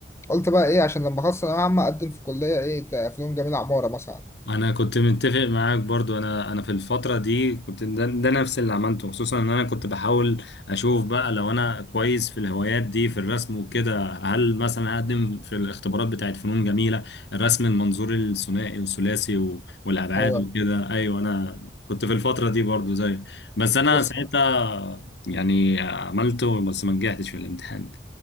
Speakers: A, on the left; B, on the left.
A: قلت بقى ايه عشان لما اخلص ثانويه عامه اقدم في كليه ايه ت- فنون جميله عماره مثلا
B: أنا كنت متفق معاك برضو أنا أنا في الفترة دي كنت ده, ده نفس اللي عملته خصوصا إن أنا كنت بحاول أشوف بقى لو أنا كويس في الهوايات دي في الرسم وكده هل مثلا أقدم في الاختبارات بتاعت فنون جميلة الرسم المنظور الثنائي والثلاثي و- والأبعاد
A: ايوه
B: وكده أيوه أنا كنت في الفترة دي برضو زي بس أنا
A: بس
B: ساعتها يعني عملته بس ما نجحتش في الامتحان